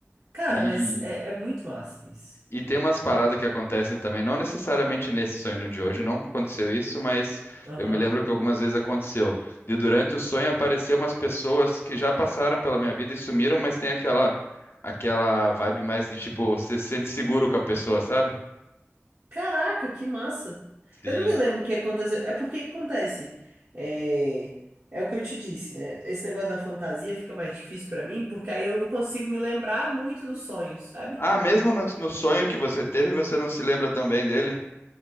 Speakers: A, on the right; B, on the left.
A: Cara,
B: E
A: mas é, é muito massa isso.
B: E tem umas paradas que acontecem também, não necessariamente nesse sonho no de hoje, não aconteceu isso, mas
A: Aham.
B: eu me lembro que algumas vezes aconteceu. E durante o sonho apareceram umas pessoas que já passaram pela minha vida e sumiram, mas tem aquela aquela vibe mais de tipo, você se sente seguro com a pessoa, sabe?
A: Caraca, que massa!
B: Sim.
A: Eu não me lembro o que aconteceu. É porque que acontece. É, é o que eu te disse, né? Esse negócio da fantasia fica mais difícil pra mim, porque aí eu não consigo me lembrar muito dos sonhos, sabe?
B: Ah, mesmo no, no sonho que você teve, você não se lembra também dele?